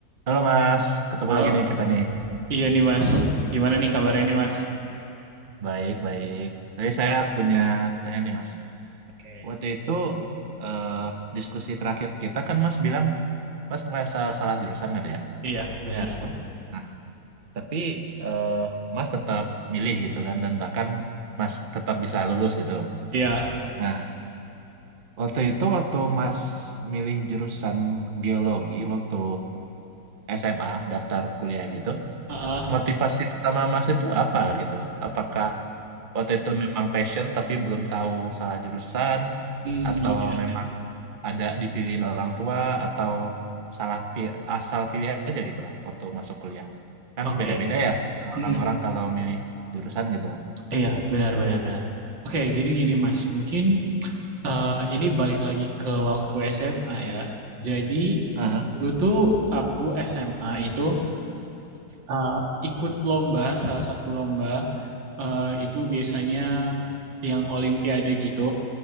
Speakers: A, on the right (about 35°); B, on the right (about 85°).
A: Halo Mas, ketemu
B: Halo,
A: lagi nih kita nih.
B: iya nih Mas. Gimana nih kabarnya nih Mas?
A: Baik, baik. Tadi saya punya tanya nih Mas.
B: Oke,
A: Waktu itu eh, diskusi terakhir kita kan Mas bilang Mas ngerasa salah jurusan kan ya?
B: iya benar.
A: Nah, tapi eh, Mas tetap milih gitu kan dan bahkan Mas tetap bisa lulus gitu.
B: Iya,
A: Nah, waktu itu waktu Mas milih jurusan geologi waktu SMA daftar kuliah gitu,
B: heeh.
A: motivasi utama Mas itu apa gitu loh? Apakah waktu itu memang passion tapi belum tahu salah jurusan
B: Hmm,
A: atau
B: oke oke
A: memang ada dipilihin orang tua atau salah pi- asal pilih aja gitu loh waktu masuk kuliah kan
B: oke.
A: beda-beda ya orang-orang
B: Mm-mm.
A: kalau milih jurusan gitu loh
B: Iya benar benar benar. Oke, jadi gini Mas, mungkin eh, ini balik lagi ke waktu SMA ya. Jadi
A: Aha.
B: dulu tuh aku SMA itu eh, ikut lomba, salah satu lomba eh, itu biasanya yang Olimpiade gitu.